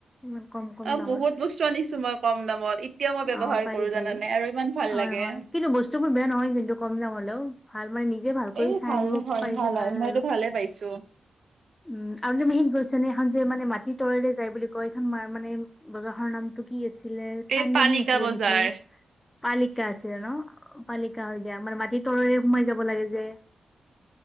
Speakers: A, on the left; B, on the right.
A: ইমান কম কম
B: অ
A: দামত,
B: বহুত বস্তু আনিছো মই কম দামত এতিয়াও মই ব্যৱহাৰ
A: অ' পাৰি
B: কৰো জানানে
A: পাৰি।
B: আৰু ইমান ভাল
A: হয়
B: লাগে
A: হয় কিন্তু বস্তু বোৰ বেয়া নহয় কিন্তু কম দাম হলেও ভাল মানে নিজে ভাল কৰি
B: এই
A: চাই
B: ভাল
A: আনিব
B: হয়
A: পাৰিলে
B: ভাল হয় মইতো
A: আৰু
B: ভালে পাইছো
A: উম আৰু মিহিত গৈছে নেখন যে মানে মাট তৰলে যায় বুলি কয় এইখন ম মানে বজাৰখৰ নামটো কি আছে আছিলে চান্দিনী
B: এই পালিকা
A: আছিলে
B: বজাৰ
A: নেকি পালিকা আছিলে ন পালিকা হৈ দিয়া মানে মাটিৰ তৰৰে সোমাই যাব লাগে যে